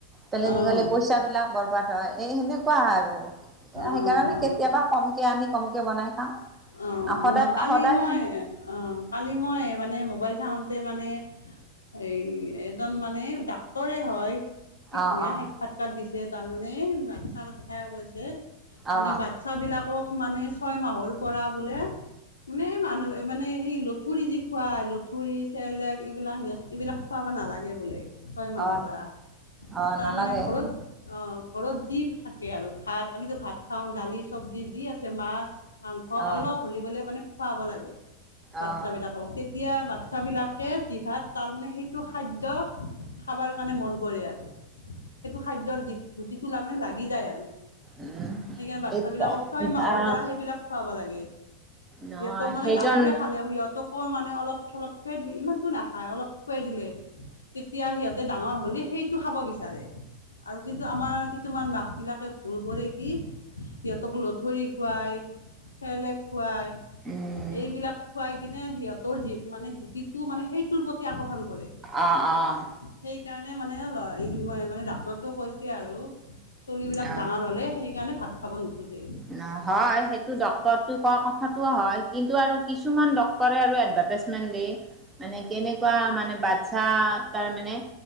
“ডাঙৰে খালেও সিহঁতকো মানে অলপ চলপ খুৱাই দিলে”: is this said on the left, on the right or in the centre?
Left